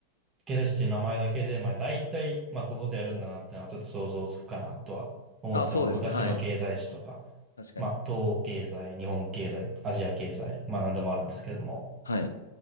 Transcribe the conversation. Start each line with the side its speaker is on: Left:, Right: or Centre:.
Right: 経済史っていう名前だけで、まあ大体、まあこういうことやるんだなっていうのはちょっと想像つくかなとは思うんですけど、
Left: あ、そうですね。
Right: 昔の経済史とか、
Left: はい。確かに。
Right: まあ東欧経済、日本経済、アジア経済、まあ何でもあるんですけれども、
Left: はい。